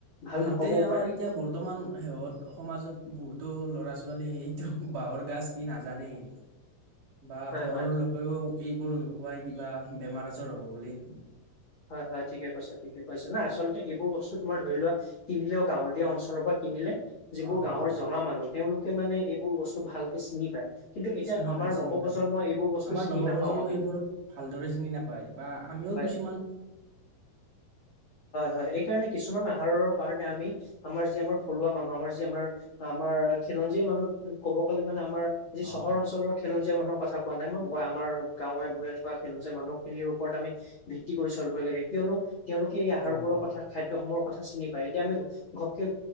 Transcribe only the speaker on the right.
বহুতেই
আমাৰ
এতিয়া বৰ্তমান শেহত সমাজত বহুতো ল'ৰা ছোৱালী এইটো বাঁহৰ গাজ কি নাজানেই বা
ঘৰৰ
লোকেও এইবোৰ নুখুৱাই কিবা বেমাৰ আজাৰ হ'ব বুলি
অ
অ
চিনি
পাই চিনি
পায়
আমাৰ
নৱপ্ৰজন্ম
এইবোৰ ভালদৰে চিনি নাপায় বা আমিও কিছু
অ
অ অ